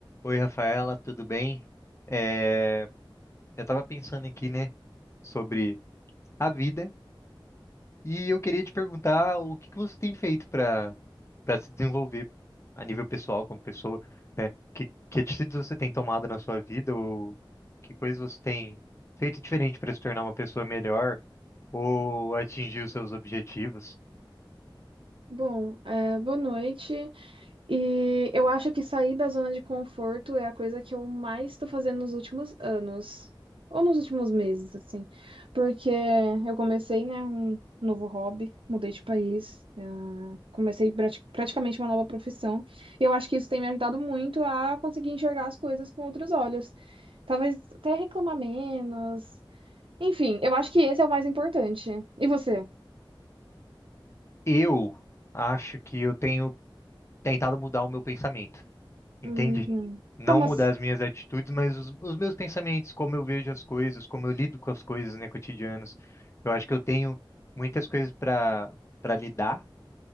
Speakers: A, on the left (about 30°); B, on the right (about 80°).
A: Oi, Rafaela, tudo bem? É, eu estava pensando aqui, né, sobre a vida e eu queria te perguntar o que que você tem feito para para se desenvolver a nível pessoal como pessoa, né? Que, que atitudes você tem tomado na sua vida ou que coisas você tem feito diferente para se tornar uma pessoa melhor ou atingir os seus objetivos?
B: Bom, é, boa noite. E eu acho que sair da zona de conforto é a coisa que eu mais estou fazendo nos últimos anos, ou nos últimos meses, assim, porque eu comecei, né, um novo hobby, mudei de país, é, comecei prati- praticamente uma nova profissão. E eu acho que isso tem me ajudado muito a conseguir enxergar as coisas com outros olhos. Talvez até reclamar menos. Enfim, eu acho que esse é o mais importante. E você?
A: Eu acho que eu tenho tentado mudar o meu pensamento. Entende?
B: Hum, hum.
A: Não
B: Como
A: mudar
B: assim?
A: as minhas atitudes, mas os, os meus pensamentos, como eu vejo as coisas, como eu lido com as coisas, né, cotidianas. Eu acho que eu tenho muitas coisas para para lidar,